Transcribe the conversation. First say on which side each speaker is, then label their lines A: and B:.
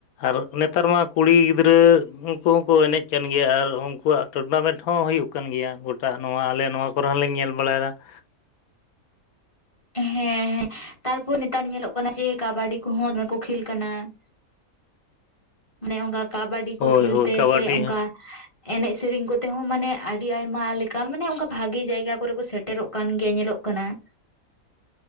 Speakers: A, on the left (about 75°); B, on the left (about 30°).
A: ᱟᱨ ᱱᱮᱛᱟᱨ ᱢᱟ ᱠᱩᱲᱤ ᱜᱤᱫᱽᱨᱟᱹ ᱩᱱᱠᱩ ᱦᱚᱸᱠᱚ ᱮᱱᱮᱡ ᱜᱮᱭᱟ ᱟᱨ ᱩᱱᱠᱩᱣᱟᱜ ᱴᱩᱨᱱᱟᱢᱮᱱᱴ ᱦᱚᱸ ᱦᱩᱭᱩᱜ ᱠᱟᱱ ᱜᱮᱭᱟ ᱜᱚᱴᱟ ᱱᱚᱣᱟ ᱟᱞᱮ ᱱᱚᱣᱟ ᱠᱚᱨᱮ ᱦᱚᱸᱞᱮ ᱧᱮᱞ ᱵᱟᱲᱟᱭᱮᱫᱟ ᱾
B: ᱦᱮᱸ ᱦᱮᱸ ᱛᱟᱨᱯᱚᱨ ᱱᱮᱛᱟᱨ ᱧᱮᱞᱚᱜ ᱠᱟᱱᱟ ᱡᱮ ᱠᱟᱵᱟᱰᱤ ᱠᱚᱦᱚᱸ ᱫᱚᱢᱮ ᱠᱚ ᱠᱷᱮᱞ ᱠᱟᱱᱟ ᱾
A: <unintelligible>
B: ᱢᱟᱱᱮ ᱚᱱᱠᱟ ᱠᱟᱵᱟᱰᱤ
A: ᱦᱳᱭ
B: ᱠᱚ ᱠᱷᱮᱞᱛᱮ
A: ᱦᱳᱭ ᱠᱟᱵᱟᱰᱤ
B: ᱥᱮ ᱚᱱᱠᱟ ᱮᱱᱮᱡ ᱥᱮᱨᱮᱧ ᱠᱚᱛᱮ ᱦᱚᱸ ᱢᱟᱱᱮ ᱟᱹᱰᱤ ᱟᱭᱢᱟ ᱞᱮᱠᱟᱱ ᱢᱟᱱᱮ ᱚᱱᱠᱟ ᱵᱷᱟᱜᱮ ᱡᱟᱭᱜᱟ ᱠᱚᱨᱮ ᱠᱚ ᱥᱮᱴᱮᱨᱚᱜ ᱠᱟᱱ ᱜᱮᱭᱟ ᱧᱮᱞᱚᱜ ᱠᱟᱱᱟ ᱾